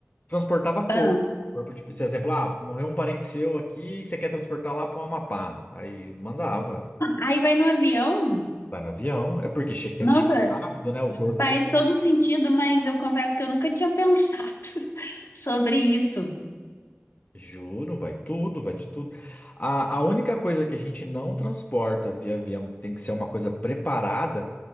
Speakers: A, on the left (about 35°); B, on the left (about 75°).
A: transportava corpo.
B: Ah,
A: Corpo de, por exemplo, ah, morreu um parente seu aqui, você quer transportar lá para o Amapá. Aí mandava,
B: aí vai no avião?
A: vai no avião, é porque che- tem
B: Nossa,
A: que chegar rápido, né? O corpo,
B: faz
A: ele,
B: todo sentido, mas eu confesso que eu nunca tinha pensado <laughs> sobre isso.
A: juro, vai tudo, vai de tudo. A, a única coisa que a gente não transporta via avião, que tem que ser uma coisa preparada,